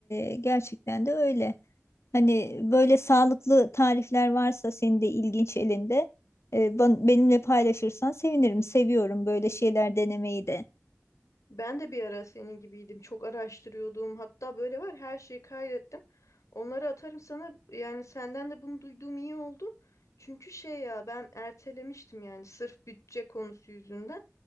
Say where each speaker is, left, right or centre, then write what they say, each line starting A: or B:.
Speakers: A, on the left; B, on the left.
A: e, gerçekten de öyle. Hani böyle sağlıklı tarifler varsa senin de ilginç elinde e, ban- benimle paylaşırsan sevinirim. Seviyorum böyle şeyler denemeyi de.
B: Ben de bir ara senin gibiydim. Çok araştırıyordum. Hatta böyle var her şeyi kaydettim. Onları atarım sana. Yani senden de bunu duyduğum iyi oldu. Çünkü şey ya ben ertelemiştim yani sırf bütçe konusu yüzünden.